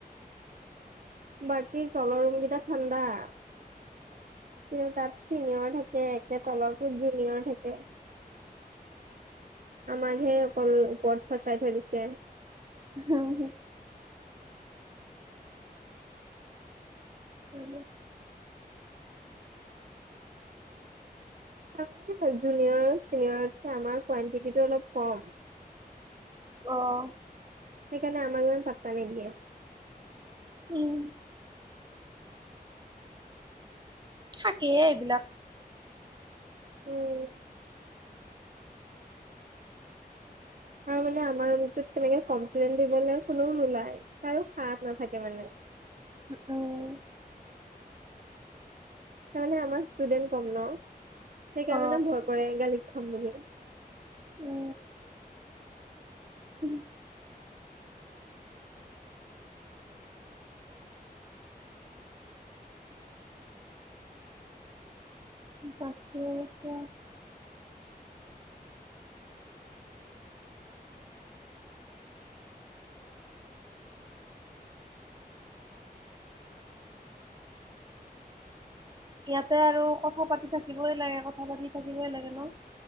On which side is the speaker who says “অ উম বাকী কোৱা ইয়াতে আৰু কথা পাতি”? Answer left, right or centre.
Right